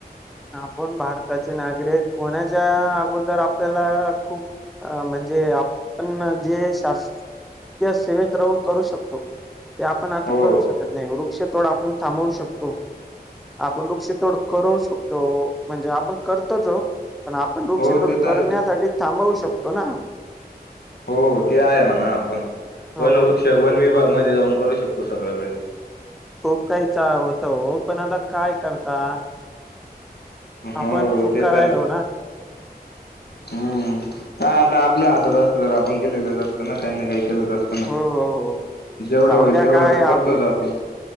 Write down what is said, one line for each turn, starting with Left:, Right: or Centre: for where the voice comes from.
Centre: आपण भारताचे नागरिक होण्याच्या अगोदर आपल्याला खूप म्हणजे आपण जे शासकीय सेवेत राहून करू शकतो ते आपण आता
Left: हो
Centre: करू शकत नाही. वृक्षतोड आपण थांबवू शकतो आपण वृक्षतोड करवू शकतो. तो म्हणजे आपण करतोचो पण आपण वृक्ष
Left: हो
Centre: ोड
Left: ते तर
Centre: करण्यासाठी
Left: आहे
Centre: थांबवू शकतो. तो ना
Left: हो ते आहे म्हणा आपण
Centre: हो
Left: वनवृक्ष वन विभाग म जाऊन करू शकतो सगळं काही.
Centre: खूप काही होत हो पण आता काय करता.
Left: हो
Centre: आपण चूक
Left: ते
Centre: करायलो
Left: तर
Centre: ना
Left: हम्म काय आता. आपल्या हातात असत तर आपण केलेलंच असतं ना काही ना काही केलंच असतं ना.
Centre: हो हो हो
Left: जेवढं
Centre: जाऊ
Left: होईल
Centre: द्या
Left: तेवढं
Centre: काय
Left: तर
Centre: आपलं
Left: करतोच आपण.